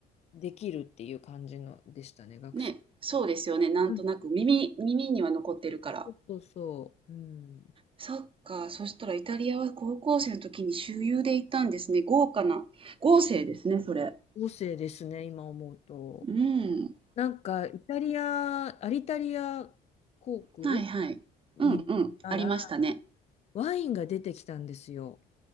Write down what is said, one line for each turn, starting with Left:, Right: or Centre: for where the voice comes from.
Left: できるっていう感じのでしたね、学生時代は。
Right: ね、そうですよね。なんとなく耳、
Left: うん
Right: 耳には残ってるから。
Left: そうそうそう、うん。
Right: そっか。そしたらイタリアは高校生の時に周遊で行ったんですね。豪華な。豪勢ですね、それ。
Left: 合成ですね、今思うと。
Right: うん。
Left: なんか、イタリア、アリタリア航空
Right: はいはい。
Left: に行ったら、
Right: うんうん。ありましたね。
Left: ワインが出てきたんですよ。